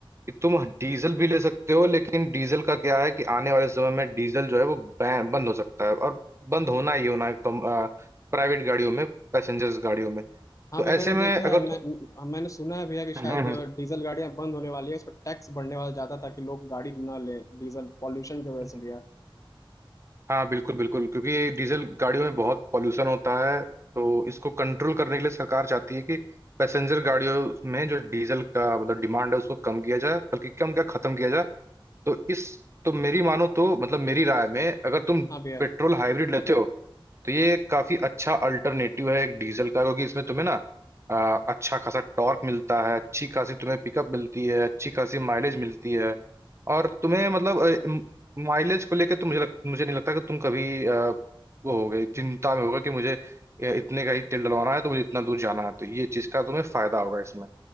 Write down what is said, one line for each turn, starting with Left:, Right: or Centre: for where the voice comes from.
Right: कि तुम डीजल भी ले सकते हो लेकिन डीजल का क्या है कि आने वाले समय में डीजल जो है वो बैन बंद हो सकता है और बंद होना ही होना है कम प्राइवेट गाड़ियों में पैसेंजर्स गाड़ियों में
Left: हाँ
Right: तो
Left: भैया
Right: ऐसे
Left: मैंने
Right: में
Left: देखा
Right: अगर
Left: है मैं म- मैंने सुना है भैया कि शायद
Right: हम्म,
Left: डीजल गाड़ियां बंद होने वाली है उस पर टैक्स बढ़ने वाला ज्यादा ताकि लोग गाड़ी ना ले डीजल पॉल्यूशन की वजह
Right: हम्म।
Left: से भैया
Right: हाँ बिल्कुल बिल्कुल क्योंकि डीजल गाड़ियों में बहुत पॉल्यूशन होता है तो इसको कंट्रोल करने के लिए सरकार चाहती है कि पैसेंजर गाड़ियों में जो डीजल का मतलब डिमांड है उसको कम किया जाए बल्कि कम क्या खत्म किया जाए तो इस तो मेरी मानो तो मतलब मेरी राय में अगर तुम
Left: हाँ भैया
Right: पेट्रोल हाइब्रिड लेते हो तो ये काफी अच्छा अल्टरनेटिव है एक डीजल का क्योंकि इसमें तुम्हें ना अ, अच्छा खासा टॉर्क मिलता है अच्छी खासी तुम्हें पिकअप मिलती है अच्छी खासी माइलेज मिलती है और तुम्हें मतलब माइलेज को लेकर तो मुझे लग, मुझे नहीं लगता कि तुम कभी अ, वो हो गई चिंता में होगा कि मुझे अ, इतने का ही तेल डलवाना है तो मुझे इतना दूर जाना है तो ये चीज का तुम्हें फायदा होगा इसमें